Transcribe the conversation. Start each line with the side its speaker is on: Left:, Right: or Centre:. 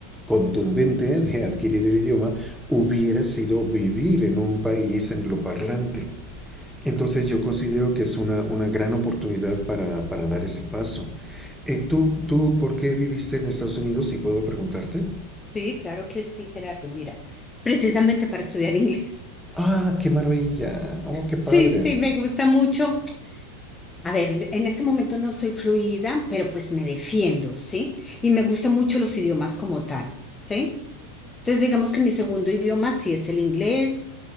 Centre: contundente de adquirir el idioma hubiera sido vivir en un país angloparlante. Entonces yo considero que es una, una gran oportunidad para, para dar ese paso. Eh, ¿tú, ¿Tú por qué viviste en Estados Unidos? Si puedo preguntarte.
Left: Sí, claro que sí, Gerardo. Mira, precisamente para estudiar <laughs> inglés.
Centre: Ah, qué maravilla. Oh, qué
Left: Sí,
Centre: padre.
Left: sí, me gusta mucho. A ver, en este momento no soy fluida, pero pues me defiendo, ¿sí? Y me gustan mucho los idiomas como tal, ¿sí? Entonces digamos que mi segundo idioma sí es el inglés